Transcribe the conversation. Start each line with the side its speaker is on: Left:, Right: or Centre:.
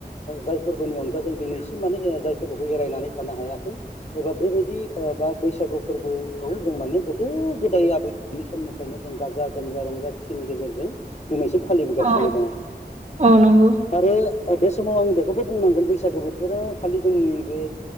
Left: जायफोरबोनि अनगा जों दिनैसिम माने जाय फोरबोखौ एरायनानै थानो हायाखै एबा बेबायदि बा बैसागु फोरबोखौ जों माने गोदो गोदाय आबैनि समनिफ्रायनो जों गाजा गोमजा रंजा खुसिनि गेजेरजों दिनैसम फालिबोगासिनो
Right: औ
Left: दङ
Right: औ नंगौ
Left: आरो बे समाव आं बेखौबो बुंनांगोन बैसागो बोथोरा खालि जोंनि बे